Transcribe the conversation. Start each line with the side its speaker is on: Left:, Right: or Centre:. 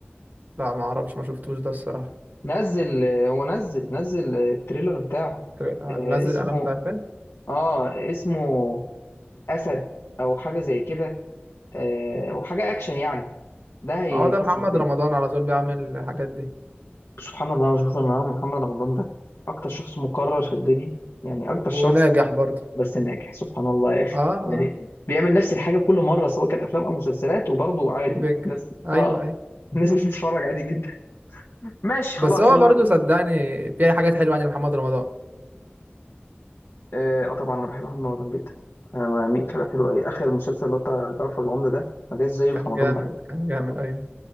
Right: لا ما اعرفش ما شفتوش ده الصراحه
Left: نزل هو نزل نزل التريلر بتاعه
Right: تلاقي-
Left: آه،
Right: لازق
Left: اسمه
Right: علامة عارفين
Left: اه اسمه اسد او حاجه زي كده آه، او حاجه اكشن يعني ده هيكسر
Right: ما هو ده محمد
Left: الدنيا
Right: رمضان على طول بيعمل الحاجات دي
Left: سبحان الله شوف ان انا محمد رمضان ده اكتر شخص مكرر في الدنيا يعني اكتر شخص
Right: وناجح برضه
Left: بس ناجح سبحان الله يا اخي
Right: اه
Left: يعني
Right: اه
Left: بيعمل نفس الحاجه كل مره سواء كان افلام او مسلسلات وبرضه عادي
Right: وبينجح
Left: الناس
Right: ايوه
Left: اه
Right: ايوه
Left: <laughs> الناس بتتفرج عادي جدا ماشي
Right: بس
Left: خلاص
Right: هو
Left: انا
Right: برضه صدقني في حاجات حلوة يعني محمد رمضان
Left: اه آه طبعا انا بحب محمد رمضان جدا انا بميل في حاجه حلوه قوي اخر مسلسل اللي هو بتاع جعفر العمدة ده ما جاش زيه
Right: كان
Left: في رمضان
Right: جامد
Left: بعد كده
Right: كان جامد
Left: آه.
Right: ايوه